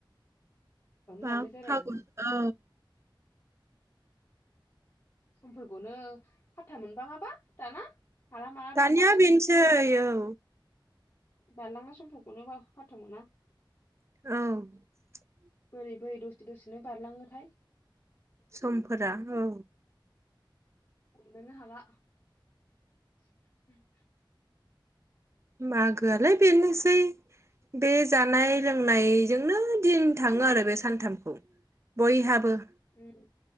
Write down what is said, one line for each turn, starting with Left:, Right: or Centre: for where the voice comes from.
Right: माख
Left: लानो जालायलाङा
Right: -फागुन औ
Left: समफोरखौनो फा मोनबाङाबा! दाना माला माला
Right: दानिया
Left: बारलाङो
Right: बिनसै औ
Left: बारलांनाय समफोरखौनो फारथाव मोना
Right: औ
Left: बोरै बोरै दसे दसेनो बारलाङोथाय।
Right: समफोरा औ
Left: हमनोनो हाला <unintelligible>
Right: मागोआलाय बेनोसै बे जानाय लों बुंनायजोंनो दिन थाङो आरो बे सानथामखौ बयहाबो
Left: <inaudible>